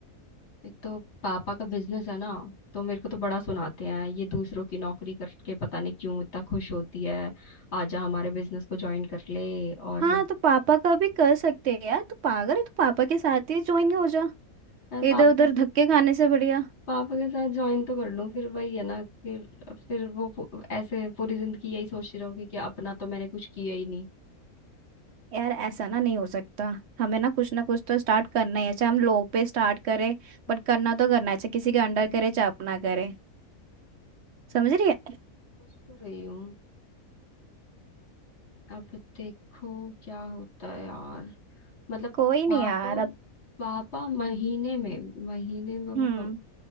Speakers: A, on the left (about 50°); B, on the right (about 60°).
A: एक तो पापा का बिजनेस है ना तो मेरे को तो बड़ा सुनाते हैं ये दूसरों की नौकरी करके पता नहीं क्यों इतना खुश होती है आजा हमारे बिजनेस को ज्वाइन कर ले और
B: हाँ तो पापा का भी कर सकते हैं यार तू पागल है तू पापा के साथ ही ज्वाइन हो जा
A: यार
B: इधर
A: पाप,
B: उधर धक्के खाने से बढ़िया
A: पापा के साथ ज्वाइन तो कर लूं फिर वही है ना कि फिर वो पू- ऐसे पूरी जिंदगी यही सोचती रहूंगी कि अपना तो मैंने कुछ किया ही नहीं
B: यार ऐसा ना नहीं हो सकता हमें ना कुछ ना कुछ तो स्टार्ट करना ही है चाहे हम लो पे स्टार्ट करें
A: हम्म,
B: बट करना तो करना है चाहे किसी के अंडर करे चाहे अपना करे समझ रही है
A: सोच तो रही हूँ अब देखो क्या होता है यार मतलब
B: कोई नहीं
A: पापा
B: यार अब
A: पापा महीने में महीने में वो
B: हम्म